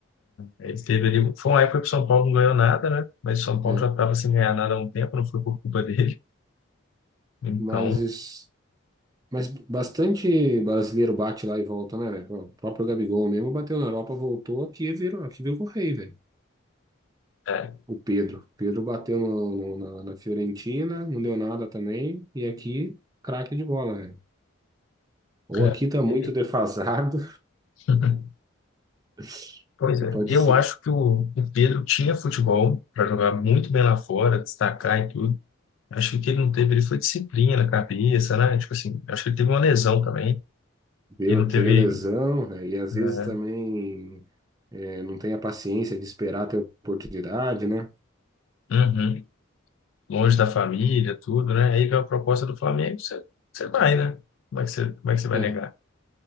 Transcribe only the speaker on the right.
É,
mas. Mas bastante brasileiro bate lá e volta, né, velho? O próprio Gabigol mesmo bateu na Europa, voltou aqui e virou, aqui virou rei, velho.
O Pedro. Pedro bateu no- no- na, na Fiorentina, não deu nada também. E aqui, craque de bola, velho. Ou
aqui tá muito
defasado,
<laughs>
e pode
ser.
Deu,
teve lesão, velho, e às
vezes também é, não tem a paciência de esperar ter oportunidade, né?
É,